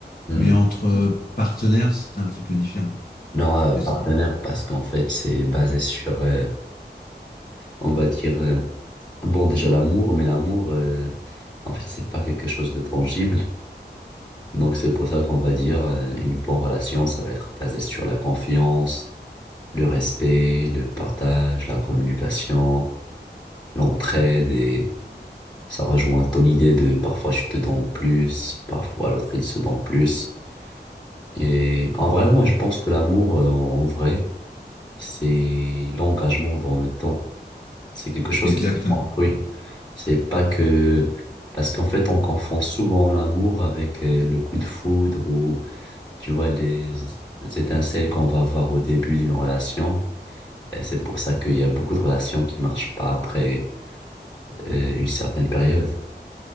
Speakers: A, on the left; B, on the left.
A: Hmm.
B: Mais entre partenaires, c'est un petit peu différent.
A: Non,
B: Parce
A: euh,
B: que
A: partenaire,
B: c'est
A: parce qu'en fait, c'est basé sur, euh, on va dire, euh, Bon, déjà l'amour, mais l'amour, euh, en fait, c'est pas quelque chose de tangible. Donc c'est pour ça qu'on va dire euh, une bonne relation, ça va être basé sur la confiance, le respect, le partage, la communication, l'entraide et ça rejoint ton idée de parfois je te donne plus, parfois l'autre il se donne plus. Et en vrai, moi je pense que l'amour, euh, en vrai, c'est l'engagement dans le temps. C'est quelque chose
B: exactement.
A: qui se construit. C'est pas que... Parce qu'en fait, on confond souvent l'amour avec euh, le coup de foudre ou, tu vois, les les étincelles qu'on va avoir au début d'une relation. Et c'est pour ça qu'il y a beaucoup de relations qui marchent pas après euh, une certaine période.